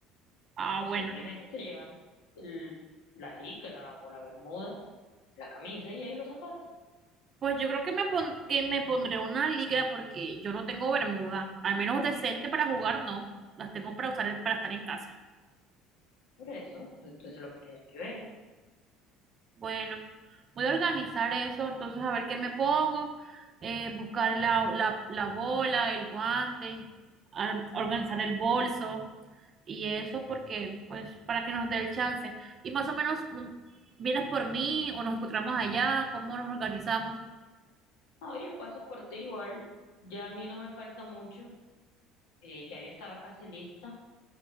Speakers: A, on the right; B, on the left.
A: Ah,
B: Simplemente
A: bueno.
B: te llevas el- la licra o la bermuda, la camisa y ahí los zapatos.
A: Pues yo creo que me, pon- que me pondré una licra porque yo no tengo bermuda. Al menos decente para jugar, no. Las tengo para usar para estar en casa.
B: Por eso, pues, tú eso es lo que tienes que ver.
A: Bueno, voy a organizar eso. Entonces, a ver qué me pongo. eh, buscar la, la, la bola, el guante, ar- organizar el bolso y eso porque, pues, para que nos dé el chance. Y más o menos, mm, ¿vienes por mí o nos encontramos allá? ¿Cómo nos organizamos?
B: No, yo paso por ti igual, ya a mí no me falta mucho, eh, ya yo estaba casi lista,